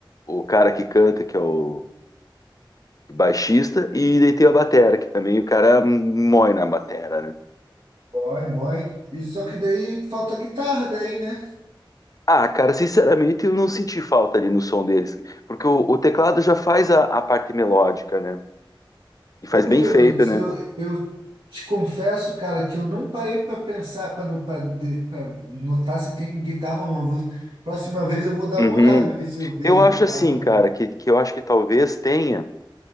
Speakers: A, on the left; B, on the right.
A: o cara que canta, que é o baixista, e daí tem a batera, que também o cara mói na batera, né?
B: Mói, mói. E só que daí falta guitarra daí, né?
A: Ah, cara, sinceramente, eu não senti falta ali no som deles, porque o, o teclado já faz a, a parte melódica, né? E faz
B: Eu, não-
A: bem
B: eu,
A: feito,
B: eu,
A: né?
B: eu te confesso, cara, que eu não parei pra pensar, pra no- pra de- pra notar se tem guitarra ou não. Vou- próxima vez eu vou dar
A: Uhum.
B: uma olhada pra ver se eu vejo
A: Eu acho
B: a guitarra
A: assim,
B: ou
A: cara,
B: não.
A: que, que eu acho que talvez tenha.